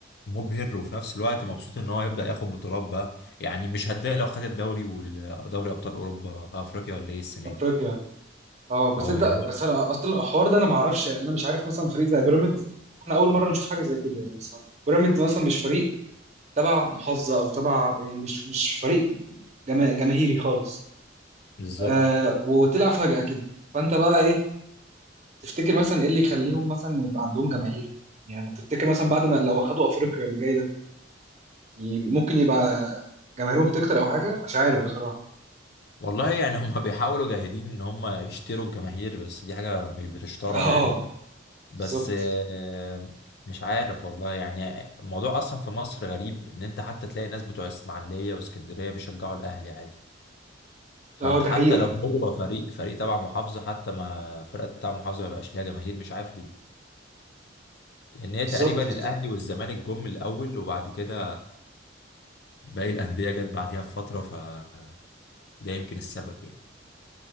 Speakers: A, on the left; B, on the right.
A: مبهر وفي نفس الوقت مبسوط ان هو هيبدأ ياخد بطولات بقى يعني مش هتضايق لو خد الدوري ودوري ابطال اوروبا افريقيا ولا ايه السنه
B: افريقيا
A: دي
B: اه بس
A: اه
B: انت
A: يعني
B: بس انا اصلا الحوار ده انا ما اعرفش يعني انا مش عارف مثلا فريق زي بيراميدز احنا اول مره نشوف حاجه زي كده يعني مثلا بيراميدز مثلا مش فريق تبع محافظه او تبع يعني مش مش فريق جما- جماهيري خالص
A: بالظبط
B: آه وطلع فجاه كده فانت بقى ايه تفتكر مثلا ايه اللي يخليهم مثلا يبقى عندهم جماهير يعني ما تفتكر مثلا بعد ما لو خدوا افريقيا اللي جاي ده ي- ممكن يبقى جماهيرهم تكتر او حاجه مش عارف بصراحه
A: والله يعني هم <laughs> بيحاولوا جاهدين ان هم يشتروا الجماهير بس دي حاجة مش بتشترى
B: <laughs> اه
A: يعني بس
B: بالظبط
A: آه، مش عارف والله يعني الموضوع اصلا في مصر غريب ان انت حتى تلاقي ناس بتوع اسماعيلية واسكندرية بيشجعوا الاهلي عادي فانت
B: اه دي
A: حتى
B: حقيقه
A: لو هو فريق فريق تبع محافظة حتى ما فرقة تبع محافظة ما يبقاش ليها جماهير مش عارف ليه لان هي
B: بالظبط
A: تقريبا
B: بالظبط
A: الاهلي والزمالك جم الاول وبعد كده باقي الانديه جت بعديها بفتره فده يمكن السبب يعني